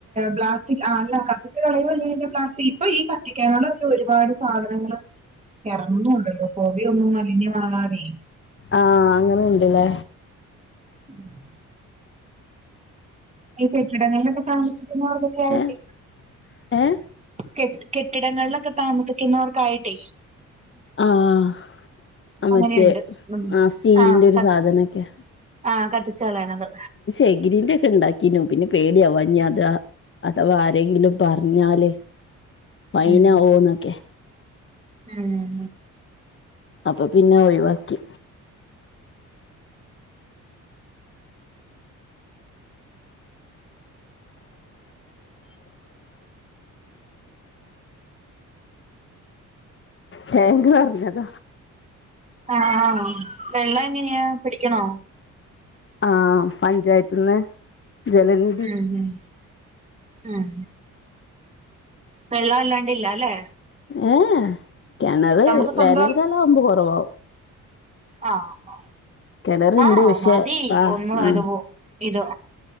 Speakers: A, on the right; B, on the left.
A: ബ്ലാസ്റ്റി അല്ല കത്തിച്ച കളയല്ലേ ബ്ലാസ്റ്റിക് ഇപ്പൊ ഈ കത്തിക്കാനോക്കെ ഒരുപാട് സാധനങ്ങൾ ഇറങ്ങുന്നുണ്ടല്ലോ കോവിയ ഒന്നും മലിഞ്ഞഞ്മാറാതെ
B: ആ അങ്ങനെ ഉണ്ടല്ലേ
A: <inaudible> ഈ കെട്ടിടങ്ങളിലൊക്കെ താമസിക്കുന്നവർക്കൊക്കെയിട്ട്
B: ഏഹ് ഏഹ്
A: കെ കെട്ടിടങ്ങളിലൊക്കെ താമസിക്കുന്നവർക്കായിട്ടേ
B: ആഹ്
A: അങ്ങനെയുണ്ട്
B: മറ്റേ
A: ഉ
B: ആഹ് സ്റ്റീലിന്റെ
A: ആ
B: ഒരു
A: ക
B: സാധനൊക്കെ
A: ആ കത്തിച്ചളണത്
B: എഗ്രിമെന്റ് ഒക്കെ ഉണ്ടാക്കീന്നു പിന്നെ പേടിയവാഞ്ഞ അതാ അഥവാരെങ്കിലും പറഞ്ഞാല് ഫൈനാവോന്നൊക്കെ
A: ഉം ഉം
B: അപ്പൊ പിന്നെ ഒഴിവാക്കി താങ് കു പറഞ്ഞതാ
A: ആഹ് വെള്ളം എങ്ങനെയ പിടിക്കണോ
B: ആ പഞ്ചായത്തിന്ന് ജലനി
A: ഉം ഉം ഉം വെള്ളല്ലാണ്ടില്ലലെ
B: ഏഹ്ഹേ കെണറ്
A: നമുക്ക് സ്വന്തം
B: വേനൽക്കാലം ആവുമ്പോ കൊറവാവും
A: ആഹ്
B: കിണറുണ്ട്
A: ആഹ്
B: പക്ഷെ
A: മതി
B: ആഹ്
A: ഒന്ന് <unintelligible>
B: ആഹ്
A: ഇതോ